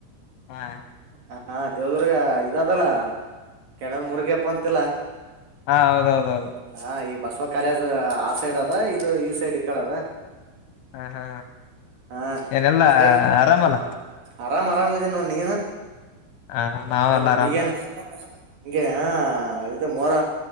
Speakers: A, on the left; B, on the right.
A: ಹಾ
B: ಹ ದೇವದುರ್ಗ ಇದ ಅದಲ್ಲ ಕೆಣದ ಮುರ್ಗಪ್ಪ ಅಂತಿಲ್ಲ
A: ಹಾ ಹೌದೌದೌದು
B: ಆ ಈ ಬಸವ ಕಾಲೇಜ್ ಆ ಸೈಡ್ ಅದ ಇದು ಈ ಸೈಡ್ ಈ ಕಡೆ ಅದ
A: ಹಾ ಹಾ
B: ಹಾ
A: ಏನೆಲ್ಲಾ
B: ಹಂಗಾಗಿ
A: ಆರಾಮಲ್ಲ
B: ಆರಾಮ್ ಆರಾಮಿದೀನಿ ನೋಡು ನೀನು
A: ಹ ನಾವೆಲ್ಲ
B: ಹೌದಾ
A: ಆರಾಮಪ
B: ಈಗ ಹಂಗೆ ಆ ಇದು ಮೊರ